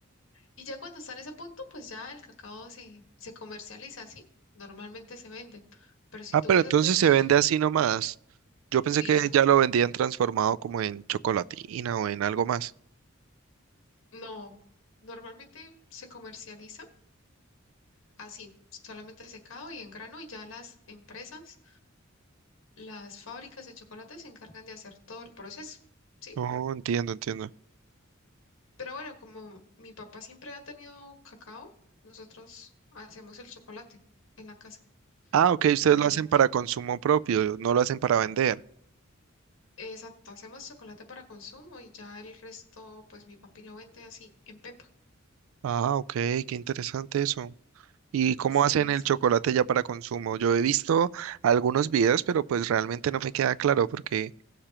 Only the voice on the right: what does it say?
Ah,
pero
entonces
se vende así nomás. Yo pensé
que
ya lo vendían transformado como en chocolatina o en algo más.
Oh, entiendo, entiendo.
Ah, ok, ustedes
lo hacen para consumo propio, no lo hacen para vender.
Ah, ok, qué interesante eso. ¿Y cómo
hacen
el chocolate ya para consumo? Yo he visto algunos videos, pero pues realmente no me queda claro porque